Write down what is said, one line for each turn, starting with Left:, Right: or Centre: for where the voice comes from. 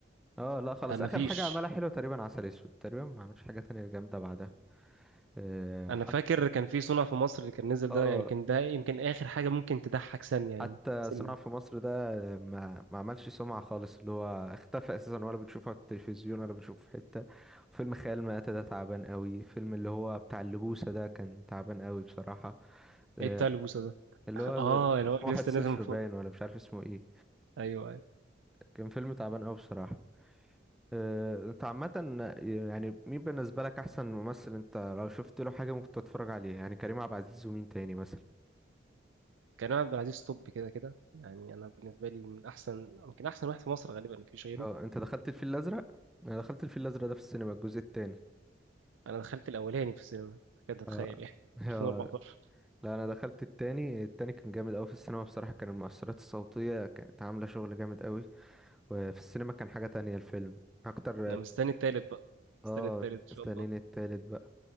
Centre: اه لا خلاص
Right: آه، مفيش
Centre: اخر حاجه عملها حلوه تقريبا عسل اسود تقريبا ما عملش حاجه تانية جامده بعدها آه،
Right: أنا
Centre: حتى
Right: فاكر كان في صنع في مصر اللي كان نزل
Centre: اه
Right: ده يعني كان ده يمكن آخر حاجة ممكن تضحك ثانية يعني
Centre: حتى
Right: سنة
Centre: صناعة في مصر ده ما ما عملش سمعة خالص اللي هو اختفى اساسا ولا بنشوفه على التلفزيون ولا بنشوفه في حتة وفيلم خيال مآتة ده تعبان قوي فيلم اللي هو بتاع اللبوسة ده كان تعبان قوي بصراحة آه،
Right: إيه بتاع البوسة ده
Centre: اللي
Right: <laughs>
Centre: هو
Right: آه
Centre: ده-
Right: اللي
Centre: اسمه
Right: هو لسه
Centre: واحد صفر
Right: نازل من فترة
Centre: باين ولا مش عارف اسمه ايه
Right: أيوه أيوه
Centre: كان فيلم تعبان قوي بصراحة آه، انت عامة يعني مين بالنسبة لك احسن ممثل انت لو شفت له حاجة ممكن تتفرج عليها يعني كريم عبد العزيز ومين تاني مثلا
Right: كريم عبد العزيز توب كده كده يعني أنا بالنسبة لي من أحسن يمكن أحسن واحد في مصر غالبا مفيش غيره
Centre: اه انت دخلت الفيل الازرق انا دخلت الفيل الازرق ده في السينما الجزء التاني
Right: أنا دخلت الأولاني في السينما كنت تتخيل
Centre: اه
Right: يعني <laughs>
Centre: <laughs>
Right: 2014
Centre: آه. لا انا دخلت التاني التاني كان جامد قوي في السينما بصراحة كان المؤثرات الصوتية كانت عاملة شغل جامد قوي وفي السينما كان حاجة تانية الفيلم اكتر
Right: أنا مستني التالت بقى
Centre: اه
Right: مستني التالت إن شاء
Centre: استنيني التالت بقى